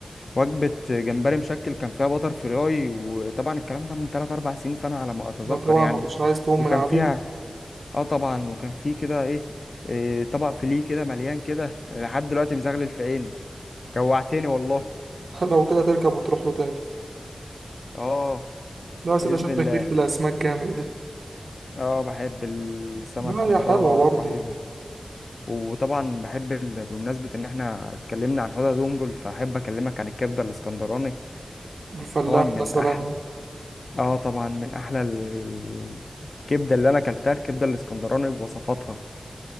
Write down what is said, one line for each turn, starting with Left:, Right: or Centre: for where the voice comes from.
Left: وجبه جمبري مشكل كان فيها بطر فراي وطبعا الكلام ده من 3 4 سنين فانا على ما اتذكر
Right: لا طبعا
Left: يعني
Right: ما كنتش عايز تقوم
Left: وكان
Right: من عليه
Left: فيها اه طبعا وكان فيه كده ايه, إيه طبق فيليه كده مليان كده لحد دلوقتي مزغلل في عيني جوعتني والله
Right: <laughs> لو كده تركب وتروح له تاني
Left: اه
Right: لا يا سيدي
Left: باذن
Right: شكلك
Left: الله
Right: ليك في الاسماك جامد
Left: اه بحب السمك
Right: لا هي
Left: بطريقه
Right: حلوه برضه
Left: رهيبه وطبعا بحب ال... بمناسبة إن إحنا اتكلمنا عن هدى دونجل فأحب أكلمك عن الكبدة الإسكندراني
Right: الفلاح
Left: طبعا من
Right: مثلا
Left: أحلى آه طبعا من أحلى ال- الكبدة اللي أنا أكلتها الكبدة الإسكندراني بوصفاتها